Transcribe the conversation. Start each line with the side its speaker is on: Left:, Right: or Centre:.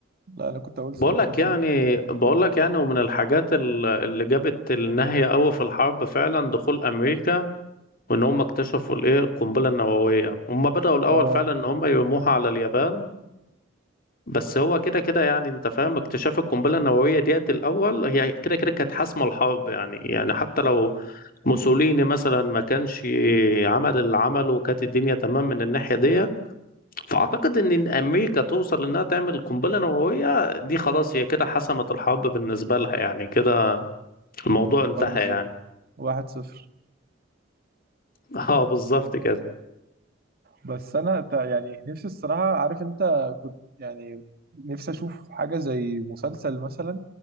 Right: لا أنا كنت أقول
Left: بقول
Right: سؤال
Left: لك
Right: فلسفي
Left: يعني بقول لك يعني ومن الحاجات ال- اللي جابت النهية قوي في الحرب فعلا دخول امريكا وان هم اكتشفوا الايه القنبله النوويه هم بداوا الاول
Right: اه
Left: فعلا ان هم يرموها على اليابان بس هو كده كده يعني انت فاهم اكتشاف القنبله النوويه ديت الاول هي كده كده كانت حاسمه الحرب يعني يعني حتى لو موسوليني مثلا ما كانش عمل اللي عمله وكانت الدنيا تمام من الناحيه ديت فاعتقد ان إن امريكا توصل انها تعمل قنبله نوويه دي خلاص هي كده حسمت الحرب بالنسبه لها يعني كده الموضوع انتهى
Right: اه بالظبط
Left: يعني
Right: واحد صفر
Left: <laughs> اه بالظبط كده
Right: بس انا ت- يعني نفسي الصراحه عارف انت كنت يعني نفسي اشوف حاجه زي مسلسل مثلا